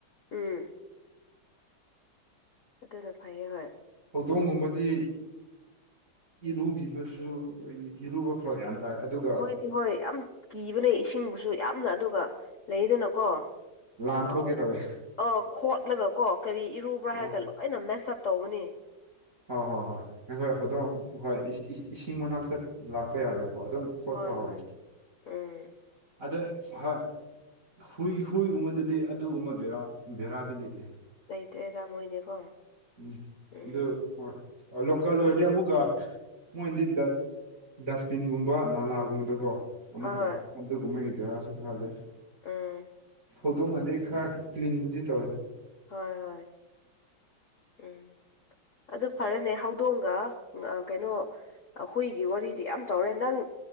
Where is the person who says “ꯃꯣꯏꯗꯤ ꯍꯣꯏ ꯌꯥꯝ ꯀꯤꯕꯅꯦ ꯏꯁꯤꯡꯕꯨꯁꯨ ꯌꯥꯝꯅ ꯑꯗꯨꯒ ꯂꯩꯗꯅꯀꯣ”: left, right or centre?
Left